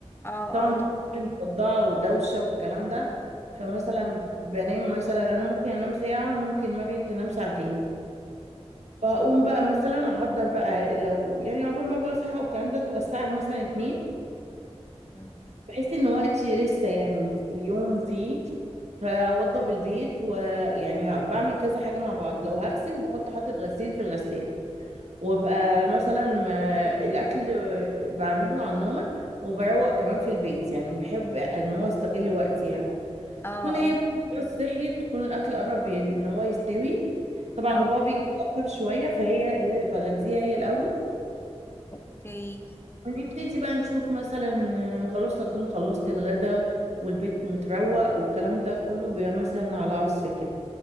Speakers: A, on the left (about 20°); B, on the right (about 75°).
A: اه
B: طبعا
A: اه
B: بكون
A: طبعا
B: مصدعة ودوشة والكلام ده فمثلا بنام مثلا أنا ممكن أنام ساعة ممكن ما بنت تنام ساعتين بقوم بقى مثلا احضر بقى لو يعني عقبال ما بقى اصحى والكلام ده تبقى الساعه مثلا اتنين
A: اه
B: بحس ان وقتي لسه يعني اليوم فيه فاوضب البيت ويعني بعمل كذا حاجه مع بعض لو هغسل بحط حاطه غسيل في الغساله وابقى مثلا ما- الاكل بعمله على النار وبروق كمان في البيت يعني بحب ان هو استغل وقتي يعني
A: اه
B: تكون هي بس صحيت تكون الاكل قرب ان هو يستوي طبعا
A: آه،
B: بابا بيجي متاخر شويه فهي اللي بغديها هي الاول
A: اوكي
B: ونبتدي بقى نشوف مثلا آه، خلاص أكون خلصت الغدا والبيت متروق والكلام ده كله بيبقى مثلا على عصر كده